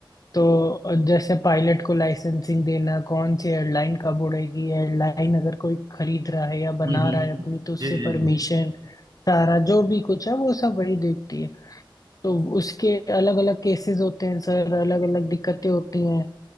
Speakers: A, on the left (about 45°); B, on the right (about 50°).
A: तो जैसे पायलट को लाइसेंसिंग देना कौन सी एयरलाइन कब उड़ेगी एयरलाइन अगर कोई खरीद रहा है या बना
B: हम्म
A: रहा है अपनी तो उससे
B: जी जी
A: परमिशन
B: जी
A: सारा जो भी कुछ है वो सब वही देखती है तो उसके अलग अलग केसेस होते हैं सर अलग अलग दिक्कतें होती हैं